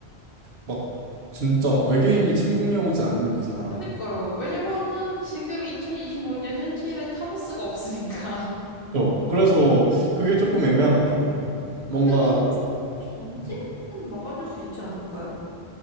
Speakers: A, on the right; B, on the left.
A: 막 진짜 외계인이 침공해오지 않는 이상.
B: 그니까요. 왜냐면은 지금 2025년 현실엔 타노스가 없으니까.
A: 어, 그래서 그게 조금 애매한 것 같네요.
B: <laughs>
A: 뭔가
B: 근데 또 전쟁은
A: 음,
B: 막아줄 수 있지 않을까요?